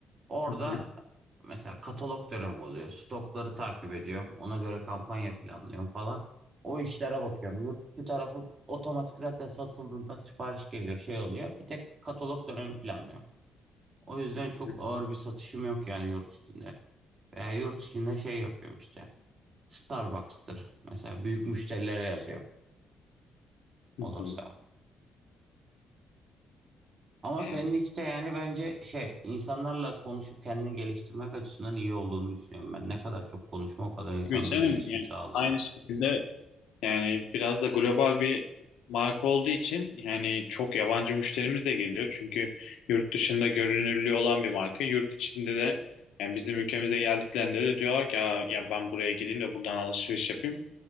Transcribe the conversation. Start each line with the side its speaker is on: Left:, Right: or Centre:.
Right: Orada
Left: Hı hı.
Right: mesela katalog dönemi oluyor. Stokları takip ediyorum. Ona göre kampanya planlıyorum falan. O işlere bakıyorum. Yurt dışı tarafı otomatik zaten satıldığında sipariş geliyor, şey oluyor. Bir tek katalog dönemi planlıyor. O yüzden çok
Left: Hı hı.
Right: ağır bir satışım yok yani yurt içinde. Veya yurt içinde şey yapıyorum işte. Starbucks'tır mesela büyük müşterilere yazıyorum
Left: Hı
Right: olursa.
Left: hı.
Right: Ama
Left: Yani
Right: senin işte yani bence şey insanlarla konuşup kendini geliştirmek açısından iyi olduğunu düşünüyorum ben. Ne kadar çok konuşma o kadar insanda
Left: tabii canım
Right: gelişim
Left: yani
Right: sağlıyor.
Left: aynı şekilde yani biraz da global bir marka olduğu için yani çok yabancı müşterimiz de geliyor. Çünkü yurt dışında görünürlüğü olan bir marka. Yurt içinde de yani bizim ülkemize geldiklerinde de diyorlar ki Aa, ya ben buraya gideyim de buradan alışveriş yapayım.